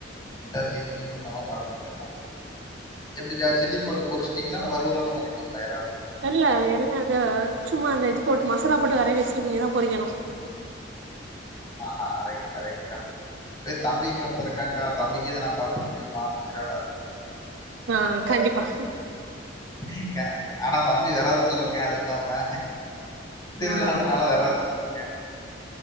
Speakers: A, on the left; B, on the right.
A: நீட்டா கிளின் பண்ணி சுத்தமா சாப்பிட்டு போயிடலா எப்டிாகா சில்லி போட்டு பொரிச்சிட்டீங்களா இல்ல வருவலட பண்ணிட்டீங்களா எராவ
B: இல்ல என்ன அத சும்மா அந்த இது போட்டு மசாலா போட்டு வரைய வச்சிருக்க இனிமேதா பொரிக்கணு
A: ஆஹா ரைட்டுக்கா ரைட்டுக்கா அப்டியே தம்பிங்க ஒருத்த இருக்கா அக்கா தம்பிக்க இத நா பாத்து பண்ணிடலா இறால
B: ஆஹ் கண்டிப்பா
A: லிக்கா ஆனா தம்பி விரதத்துல இருக்கே அதுவும் இல்லாம திருவிழான்றனால
B: ஆ
A: வேரத சொல்றக்கே